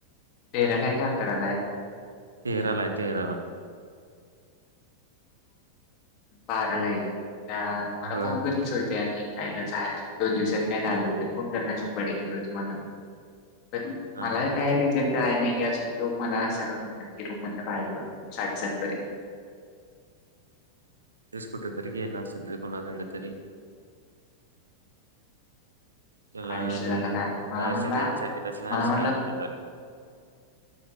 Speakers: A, on the left; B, on the right.
A: तेराला हाय का अकराला आहे?
B: तेराला आहे तेराला
A: बाराला येईल त्या मला
B: होय
A: फोन करील सोड आणि काय दोन दिवसात काय झालं फोन करणार शभर टक्के तुम्हाला पण
B: हा
A: मला काय रिजन हे कळना कि काय तो म्हणला की अजून तो मला असायला म्हणतो की रूमधून बाहेर पडू नको साडेसातपर्यंत
B: इथच कुटरे तरीे गेला असेल कोणाकड तरी चला
A: काय विषय
B: आणि
A: झाला काय माहित. मला
B: बाहेर
A: म्हणला
B: स्याय सांगितलं असेल हरशाला
A: मला म्हणला
B: घेऊन निघालो